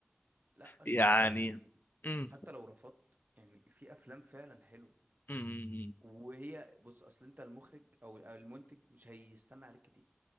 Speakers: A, on the right; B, on the left.
A: لا اشرف
B: يعني
A: عباقي
B: مم.
A: حتى لو رفضت يعني في افلام فعلا حلوة
B: مم.
A: وهي بص اصل انت المخرج او أو المنتج مش هيستنى عليك كتير